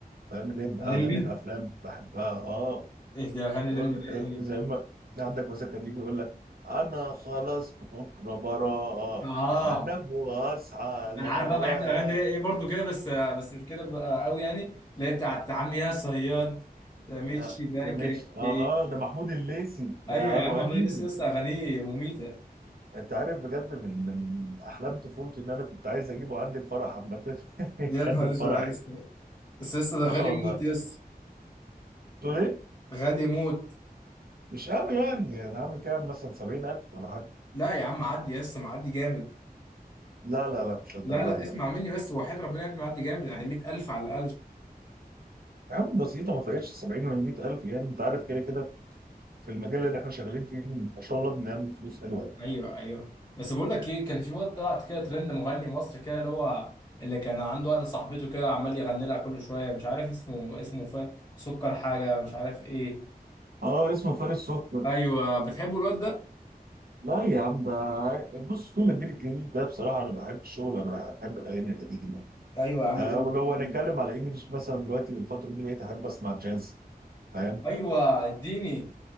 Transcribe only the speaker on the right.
فاهم اللي هي
اغاني الافلام بحبها اه
يقول
آه، زي ما عندك مثلا كان يجي يقول لك انا خلاص بكره براءة
انام واصحى على
رواق
آه،
ده مش اه
اه ده محمود الليثي ده
ابو
قديم
انت عارف بجد من من احلام طفولتي ان انا كنت عايز اجيبه عندي الفرح عامه <laughs> يخلي
في
فرحي
<laughs>
اه والله
تقول ايه؟
مش قوي يعني انا عامل كام مثلا 70000 ولا حاجه
لا لا لا مش للدرجه
دي
لا
يا عم بسيطه ما فرقتش 70 من 100000 يعني انت عارف كده كده في المجال اللي احنا شغالين فيه ما شاء الله بنعمل فلوس حلوه يعني.
اه اسمه فارس سكر
لا يا عم ده بص كل الجيل الجديد ده بصراحه انا بحب الشغل انا بحب الاغاني القديمه
آه
ولو
هنتكلم على انجلش مثلا دلوقتي الفتره دي بقيت احب اسمع جاز فاهم